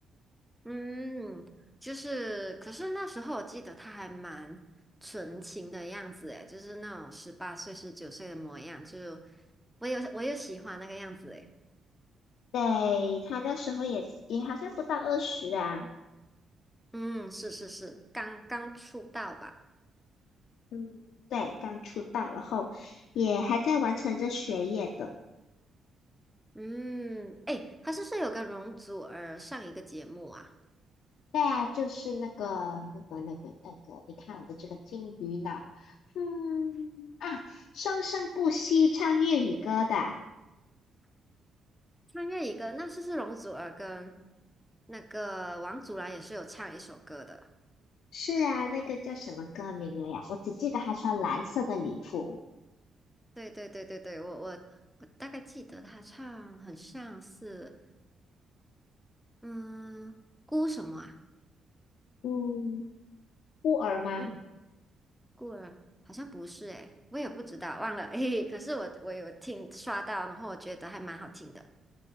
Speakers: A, in the centre; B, on the left.
A: 嗯，就是可是那时候我记得她还蛮纯情的样子哎，就是那种十八岁、十九岁的模样，就我有我有喜欢那个样子哎。
B: 对，他那时候也也好像不到二十啊，
A: 嗯，是是是，刚刚出道吧。
B: 嗯，对，刚出道，然后也还在完成着学业的。
A: 嗯，哎，她是不是有跟容祖儿上一个节目啊？
B: 对啊，就是那个那个那个那个，你看我的这个金鱼脑，嗯啊，生生不息唱粤语歌的，
A: 穿越一个，那是是容祖儿跟那个王祖蓝也是有唱一首歌的。
B: 是啊，那个叫什么歌名了呀？我只记得他穿蓝色的礼服，
A: 对对对对对，我我我大概记得他唱很像是嗯孤什么啊？
B: 嗯，孤儿吗？
A: 嗯，孤儿好像不是诶、我也不知道，忘了。<laughs> 嘿嘿可是我我有听刷到，然后我觉得还蛮好听的。